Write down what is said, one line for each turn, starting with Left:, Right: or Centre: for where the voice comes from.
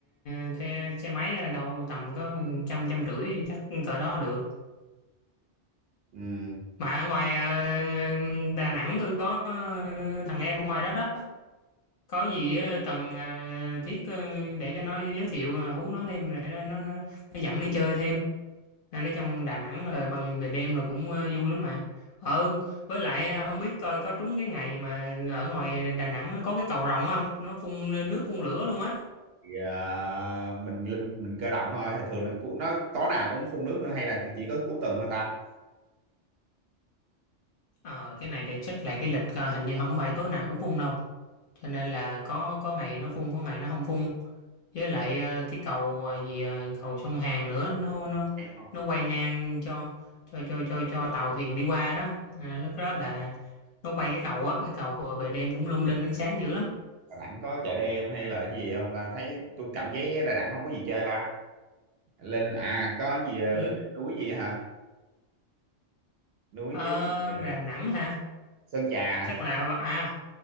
Left: ờ, thuê xe máy là đâu tầm có trăm trăm rưỡi chắc cỡ đó được
Right: ừ.
Left: Mà ở ngoài ờ, Đà Nẵng tôi có ờ, thằng em ở ngoài đó đó. Có gì ờ, cần ờ, Thiết ờ, để cho nó giới thiệu ờ, Hú nó thêm để nó nó nó, nó dẫn đi chơi thêm. Nên ở trong Đà Nẵng rồi bằng về đêm là cũng ờ, vui lắm mà. Ờ với lại ờ, không biết coi có trúng cái ngày mà ở ngoài Đà Nẵng nó có cái cầu rồng không? Nó phun nước phun lửa luôn á.
Right: thì à, mình linh mình cơ động thôi thì thường nó cu- nó tối nào cũng phun nước nữa hay là chỉ có cuối tuần thôi ta
Left: Ờ cái này để check lại cái lịch coi hình như không phải tối nào cũng phun đâu. cho nên là có có ngày nó phun có ngày nó không phun với lại ờ, cái cầu ờ, gì ờ, cầu sông Hàn nữa nó nó
Right: hay không
Left: nó quay ngang cho cho cho cho cho tàu thuyền đi qua đó à, lúc đó là nó quay cái cầu á cái cầu vừa về đêm cũng lung linh ánh sáng dữ lắm
Right: Đà Nẵng có chợ đêm hay là cái gì không ta thấy tôi cảm giác Đà Nẵng không có gì chơi ta lên à có gì à,
Left: Ừ,
Right: lên đỉnh núi gì hả núi
Left: ờ,
Right: gì, à,
Left: Đà Nẵng hả
Right: Sơn Trà
Left: chắc là à